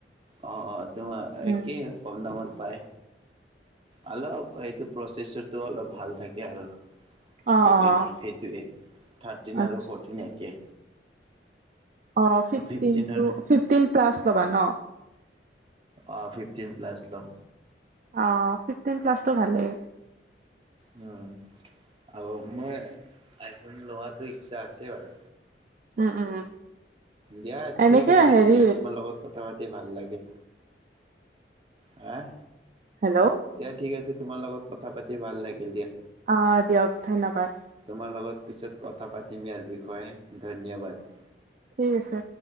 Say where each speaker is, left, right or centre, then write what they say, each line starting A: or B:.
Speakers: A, on the right (about 30°); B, on the right (about 45°).
A: অঁ অঁ তোমাৰ
B: উম,
A: একেই কম দামত পায়। অলপ এইটো প্ৰচেছটো অলপ ভাল থাকে আৰু।
B: অ'
A: ফৰটিনৰ
B: অ'
A: সেইটোৱে থাৰ্টিন
B: আচ্ছা।
A: আৰু ফৰটিন একে
B: অ' ফিফটিন
A: ফিফটিনৰ
B: টো ফিফটিন প্লাচ ল'বা ন!
A: অ' ফিফটিন প্লাছ ল'ম।
B: অ' ফিফটিন প্লাছটো ভালেই।
A: উম আও মই আইফোন লোৱাতো ইচ্ছা আছে বাৰু।
B: উম, উম,।
A: দিয়া
B: এনেকে
A: ঠিক আছে
B: হেৰি
A: দিয়া, তোমাৰ লগত কথা পাতি ভাল লাগিল। এঁ!
B: হেল্ল'
A: দিয়া ঠিক আছে, তোমাৰ লগত কথা পাতি ভাল লাগিল দিয়া।
B: অঁ দিয়ক, ধন্যবাদ।
A: তোমাৰ লগত পিছত কথা পাতিম ইয়াৰ বিষ'য়ে। ধন্যবাদ।
B: ঠিক আছে।